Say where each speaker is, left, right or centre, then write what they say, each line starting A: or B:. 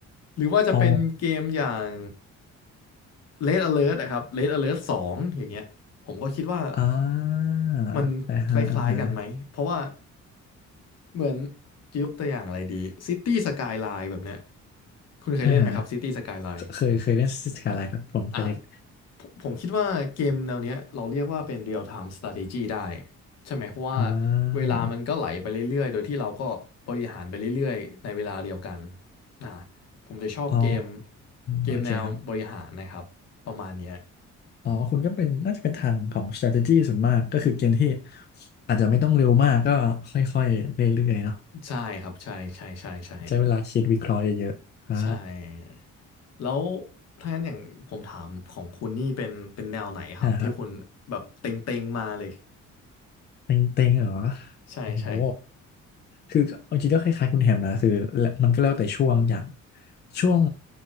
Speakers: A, on the left; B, on the left.
A: หรือว่าจะเป็นเกมอย่าง
B: อ๋อ
A: Red Alert นะครับ Red Alert 2องอย่างเงี้ยผมก็คิดว่า
B: อ่า
A: มันคล้ายๆกันไหมเพราะว่า
B: อ่าฮะอ่าฮะ
A: เหมือนจะยกตัวอย่างอะไรดี City Skyline แบบเนี้ยคุณเคยเล่นไหมครับ
B: อ่าฮะ
A: City Skyline
B: เคยเคยเล่นสกายไลน์ครับผมเคยเล่น
A: อ่าผมผมคิดว่าเกมแนวเนี้ยเราเรียกว่าเป็น real time strategy ได้ใช่ไหมเพราะว่า
B: อ่
A: เวลามันก็ไหลไปเรื่อยๆโดยที่เราก็บริหารไปเรื่อยๆในเวลาเดียวกัน
B: า
A: อ่าผมจะชอบเกม
B: อ๋อ
A: เกมแนวบริหารนะครับประมาณเนี้ย
B: โอเคครับ อ๋อคุณก็เป็นน่าจะเป็นทางของ strategy ส่วนมากก็คือเกมที่ อาจจะไม่ต้องเร็วมากก็ค่อยๆ เรื่อยๆเนาะ
A: ใช่ครับใช่ใช่ใช่ใช่
B: ใช้เวลาคิดวิเคราะห์เยอะๆอ่า
A: ใช่แล้วถ้างั้นอย่างผมถามของคุณนี่เป็นเป็นแนวไหนครับที่คุณแบบเต็งๆมาเลย
B: อ่าครับเต็งๆเหรอ
A: ใช่ใช่
B: โอ้โห คือเอาจริงก็คล้ายๆคุณแฮมนะคือมันก็แล้วแต่ช่วงอย่างช่วง